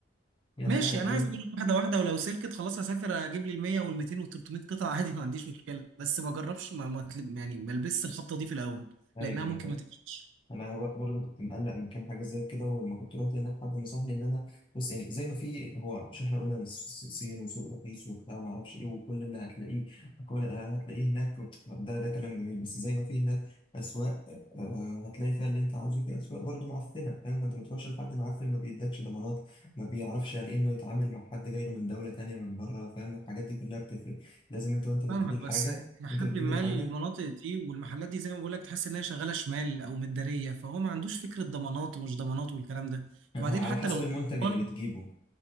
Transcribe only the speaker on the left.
أي
حاجة هتجيبها
ايوه
ايوه فاهم
انا برضو كنت مقلق من كام حاجه زي كده ولما كنت رحت هناك حد نصحني ان انا بص يعني زي ما في هو مش احنا قلنا إن الس- الصين وسوق رخيص وبتاع وما اعرفش ايه وكل اللي هتلاقيه كل آه، هتلاقيه هناك ده ده كلام جميل بس زي ما في هناك اسواق آه، هتلاقي فيها اللي انت عاوزه في اسواق برضو معفنه فاهم فانت ما تروحش لحد معفن ما بيدكش ضمانات ما بيعرفش يعني إيه انه يتعامل مع حد جاي له من دوله تانيه من بره فاهم الحاجات دي كلها بتفرق لازم انت وانت بتجيب
الحاجه
انت بتجيب
الحاجه
هو
على
حسب
المنتج
اللي بتجيبه